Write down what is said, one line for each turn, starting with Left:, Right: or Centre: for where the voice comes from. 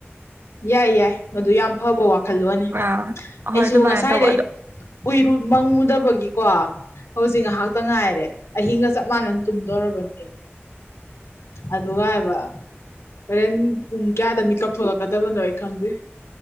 Left: ꯌꯥꯏ ꯌꯥꯏ ꯃꯗꯨ ꯌꯥꯝ ꯐꯕ ꯋꯥ ꯈꯜꯂꯣꯅꯤ
Right: ꯑꯥ ꯍꯣꯏ
Left: ꯑꯩꯁꯨ
Right: ꯑꯗꯨꯃꯥꯏꯅ
Left: ꯉꯁꯥꯏꯗ
Right: ꯇꯧꯕ
Left: ꯎꯏꯔꯨ ꯃꯪꯉꯨꯗꯕꯒꯤ ꯀꯣ ꯍꯧꯖꯤꯛ ꯉꯥꯏꯍꯥꯛꯇ ꯉꯥꯏꯔꯦ ꯑꯍꯤꯡꯒ ꯆꯞ ꯃꯥꯟꯅꯅ ꯇꯨꯝꯗꯧꯔꯕꯅꯦ ꯑꯩ ꯑꯗꯨꯒ ꯍꯥꯏꯕ ꯍꯣꯔꯦꯟ ꯄꯨꯡ ꯀꯌꯥꯗ ꯃꯤꯠ ꯀꯛꯊꯂ ꯋꯥꯏ ꯈꯝꯦ